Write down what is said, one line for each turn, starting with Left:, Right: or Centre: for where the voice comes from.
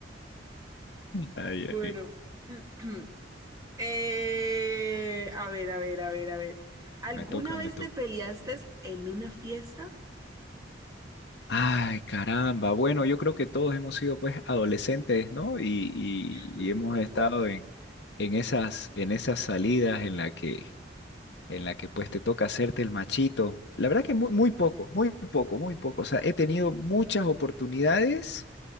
Left: Ay,
Right: Bueno,
Left: Janine,
Right: <clears throat> eh, a ver, a ver, a ver, a ver. ¿Alguna
Left: me toca,
Right: vez
Left: me toca.
Right: te peleaste en una fiesta?
Left: Ay, caramba. Bueno, yo creo que todos hemos sido pues adolescentes, ¿no? Y, y-
Right: <laughs>
Left: y hemos estado en, en esas, en esas salidas en la que, en la que pues te toca hacerte el machito. La verdad que muy, muy poco, muy poco, muy poco. O sea, he tenido muchas oportunidades